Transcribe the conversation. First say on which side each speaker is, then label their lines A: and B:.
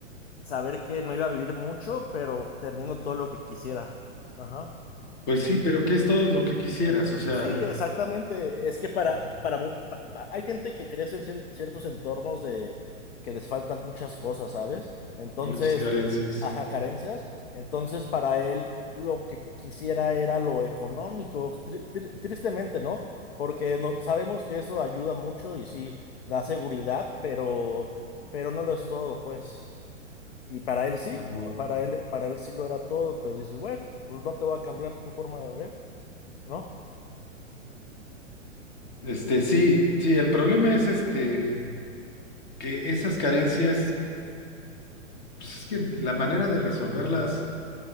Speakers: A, on the left; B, on the left.
A: saber que no iba a vivir mucho, pero teniendo todo lo que quisiera. Ajá.
B: Pues
A: Y
B: sí, pero ¿qué es todo lo que quisieras? O sea,
A: Sí, exactamente. Es que para,
B: ah,
A: para, mu- pa- pa- hay gente que crece en cien- ciertos entornos de que les faltan muchas cosas, ¿sabes? Entonces,
B: muchas carencias, sí.
A: ajá, carencias. Entonces, para él lo que quisiera era lo económico, Tri- tri- tristemente, ¿no? Porque no, sabemos que eso ayuda mucho y sí da seguridad, pero, pero no lo es todo, pues. Y para él sí,
B: Ujú.
A: pa- para él, para él sí lo era todo, pues dices, bueno, pues no te voy a cambiar tu forma de ver, ¿no?
B: Este, sí, sí, el problema es este, que esas carencias Pues es que la manera de resolverlas,